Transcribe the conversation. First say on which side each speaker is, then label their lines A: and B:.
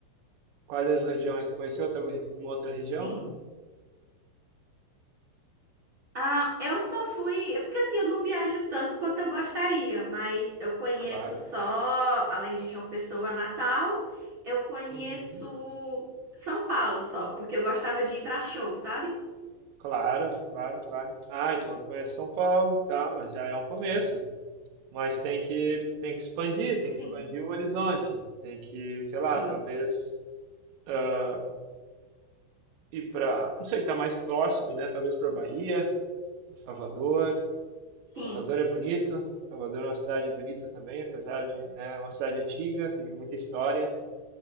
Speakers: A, on the right; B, on the right.
A: quais as regiões? Conheceu outra- alguma outra região?
B: sim. Ah, eu só fui. é Porque assim, eu não viajo tanto quanto eu gostaria, mas eu conheço
A: Claro.
B: só, além de João Pessoa, Natal, eu conheço
A: Uhum.
B: São Paulo só, porque eu gostava de ir pra show, sabe?
A: Claro, claro, claro. Ah, então tu conhece São Paulo, tá, mas já é um começo. Mas tem que, tem que expandir, tem
B: Sim,
A: que expandir o horizonte, tem que, sei
B: sim,
A: lá, talvez ah, ir para, não sei, tá mais próximo, né? Talvez para Bahia do Salvador.
B: sim.
A: Salvador é bonito. Salvador é uma cidade bonita também, apesar de, né, é uma cidade antiga, tem muita história.